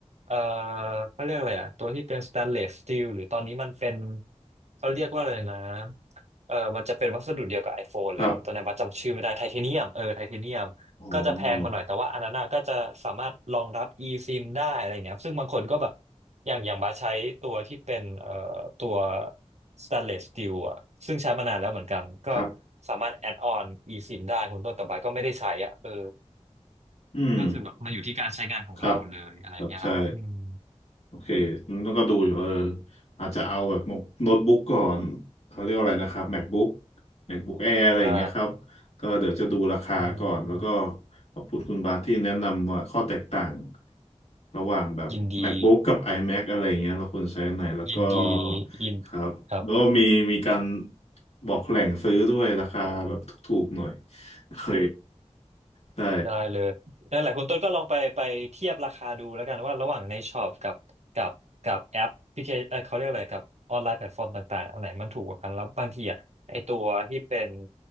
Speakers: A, on the right; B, on the left.
A: เอ่อเขาเรียกอะไรอะตัวที่เป็นสแตนเลสสตีลหรือตอนนี้มันเป็นเขาเรียกว่าอะไรนะ เออมันจะเป็นวัสดุเดียวกับ iPhone เลยครับตัวนั้นว่าจำชื่อไม่ได้ไทเทเนียมเออไทเทเนียม
B: ครับอ๋อ
A: ก็จะแพงมาหน่อยแต่ว่าอันนั้นอะก็จะสามารถรองรับ eSIM ได้อะไรเงี้ยครับซึ่งบางคนก็แบบ อย่างอย่างบาสใช้ตัวที่เป็นเอ่อตัว stainless steel อะซึ่งใช้มานานแล้วเหมือนกัน ก็
B: ครับ
A: สามารถ add on eSIM ได้คุณต้นแต่บาสก็ไม่ได้ใช้อ่ะเออ
B: อืม
A: ก็คือแบบมันอยู่ที่การใช้งานของเราเลยอะไรเงี้ยครับอืม
B: ครับครับใช่ โอเค ต้องก็ดูอยู่เอออาจจะเอาแบบโน้ตบุ๊กก่อนเขาเรียกว่าอะไรนะครับ MacBook MacBook Air อะไรอย่างเงี้ยครับ
A: ใช่
B: ก็เดี๋ยวจะดูราคาก่อนแล้วก็
A: เออ
B: ขอบคุณคุณบาทที่แนะนำว่าข้อแตกต่างระหว่างแบบ
A: ยินดี
B: MacBook กับ iMac อะไรอย่างเงี้ยเราควรใช้อันไหน แล้วก็
A: ยินดียิน
B: ครับแล้วก็มีมีการ
A: ครับ
B: บอกแหล่งซื้อด้วยราคาแบบถูกๆหน่อยโอเคได้
A: ได้เลยนั่นแหละคุณต้นก็ลองไปไปเทียบราคาดูแล้วกันว่าระหว่างในช็อปกับกับกับแอปพลิเคเออเขาเรียกอะไรกับออนไลน์แพลตฟอร์มต่างๆอันไหนมันถูกกว่ากันแล้วบางทีอ่ะไอตัวที่เป็น